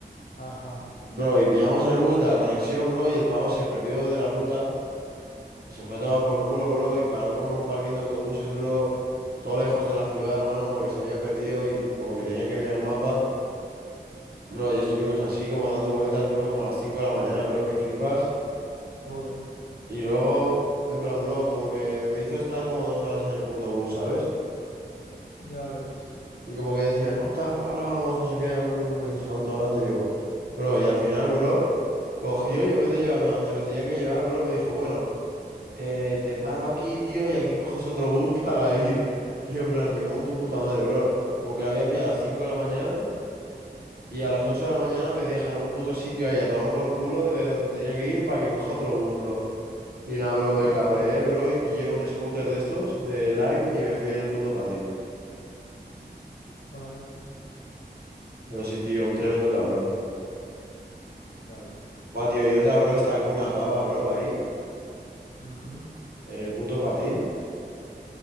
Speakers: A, on the left (about 80°); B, on the right (about 65°).
A: Ajá.
B: Bro, y pillamos el bus de la conexión, bro, y el pavo se perdió de la ruta y se fue a tomar por culo, bro, y paró como en un parking de autobuses, bro, todo lejos de la ciudad, hermano, porque se había perdido y como que tenía que mirar el mapa. Bro, y estuvimos así como dando vueltas, bro, como a las 5 de la mañana, bro, que flipas.
A: Joder.
B: Y luego, en plan, bro, como que me hizo estar como dos horas en el puto bus, ¿sabes?
A: Ya ves.
B: Y como que decía, no, tal, ahora vamos, no sé qué, no te preocupes, no sé cuánto, ahora te llevo. Bro, y al final, bro, cogió y en vez de llevarme a donde me tenía que llevar, bro, me dijo, bueno, eh, te paro aquí, tío, y aquí coges otro bus <laughs> para ir. Y yo, en plan, me cago en tu puta madre, bro. Como que la había pillado a las 5 de la mañana y
A: Sí.
B: a las 8 de la mañana me deja en un puto sitio ahí a tomar por culo de donde tenía que ir para que coja otro bus, bro. Y nada, bro,
A: Qué
B: me
A: cabrón.
B: cabré, bro, y pillé un scooter de estos, de Lime, y me fui en el puto patín.
A: Joder.
B: Pero sí, tío, un tremendo cabrón.
A: Ya ves.
B: Buah, tío, y otra, bro, estaba con una pava, bro, ahí,
A: Ujú,
B: en el puto patín.